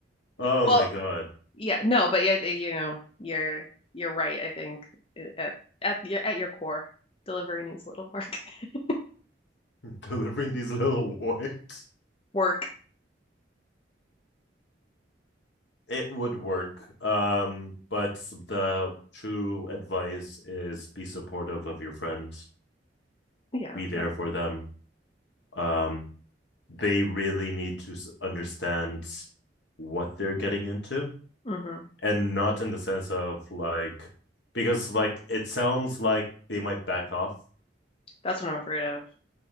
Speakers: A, on the left (about 75°); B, on the left (about 30°).
A: Oh
B: Well,
A: my god,
B: yeah, no, but yeah, you know, you're you're right, I think at at your at your core, delivery needs a little work. <laughs>
A: delivering these little warts.
B: Work.
A: It would work. Um, but the true advice is be supportive of your friends,
B: Yeah.
A: be there
B: That,
A: for them. Um, they really need to understand what they're getting into
B: hmm
A: and not in the sense of like because like it sounds like they might back off
B: That's what I'm afraid of.